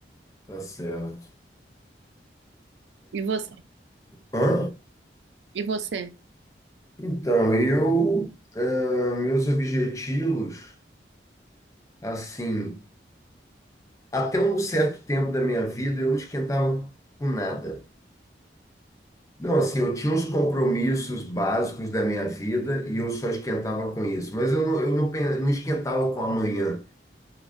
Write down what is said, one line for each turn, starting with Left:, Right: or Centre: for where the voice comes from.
Left: Tá certo.
Right: E você?
Left: Hã?
Right: E você?
Left: Então, eu, eh, meus objetivos, assim, até um certo tempo da minha vida eu não esquentava com nada. Não, assim, eu tinha uns compromissos básicos da minha vida e eu só esquentava com isso. Mas eu não, eu não, pen- não esquentava com amanhã,